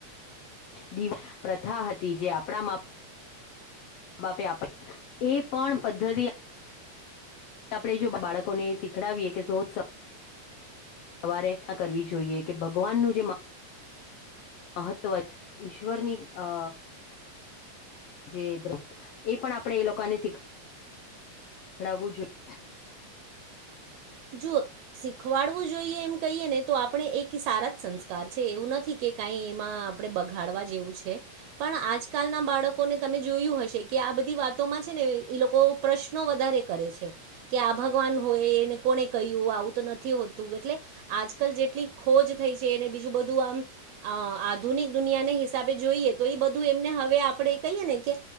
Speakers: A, on the left; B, on the right.
A: દીવા પ્રથા હતી જે આપણામાં મા બાપે આપે એ પણ પદ્ધતિ આપણે જો બાળકોને શીખડાવીએ કે સ સવારે રકસા કરવી જોઈએ કે ભગવાનનું જે મ મહત્વ ઈશ્વરની અ જે એ પણ આપણે એ લોકોને શીખ સીખડાઉ જોઈએ
B: જો શીખવાડવું જોઈએ એમ કહીએ ને તો આપણે એક સારા જ સંસ્કાર છે એવું નથી કે કઈ એમાં આપણે બગાડવા જેવું છે પણ આજકાલના બાળકોને તમે જોયું હશે કે આ બધી વાતોમાં છે ને એ લોકો પ્રશ્નો વધારે કરે છે કે આ ભગવાન હોય એ કોને કહ્યું આવું તો નથી હોતું એટલે આજકાલ જેટલી ખોજ થઈ છે એને બીજું બધું આમ અ આધુનિક દુનિયાને હિસાબે જોઈએ તો એ બધું એમને હવે આપણે કહીએ ને કે